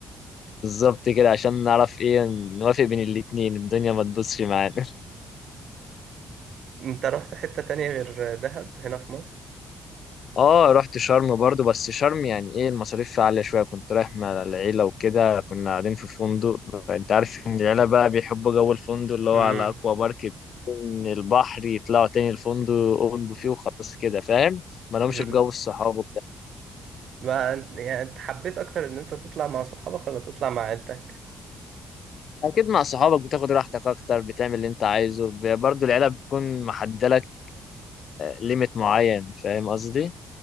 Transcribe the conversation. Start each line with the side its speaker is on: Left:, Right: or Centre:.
Left: بالظبط كده عشان نعرف ايه نوافق بين الاتنين الدنيا ما تبصش معانا
Right: انت رحت حتة تانية غير دهب هنا في مصر
Left: <laughs> اه رحت شرم برضو بس شرم يعني ايه المصاريف فيها عالية شوية كنت رايح مع العيلة وكده كنا قاعدين في فندق انت عارف ان العيلة بقى بيحبوا جو الفندق اللي هو
Right: امم
Left: على اكوا بارك من البحر يطلعوا تاني الفندق اوبن بوفيه وخلاص كده فاهم ما لهمش
Right: امم
Left: بجو الصحاب وبتاع
Right: بقى يعني انت حبيت اكتر ان انت تطلع مع صحابك ولا تطلع مع عيلتك
Left: اكيد مع صحابك بتاخد راحتك اكتر بتعمل اللي انت عايزه ب- برضو العيله بتكون محدده لك ليميت معين فاهم قصدي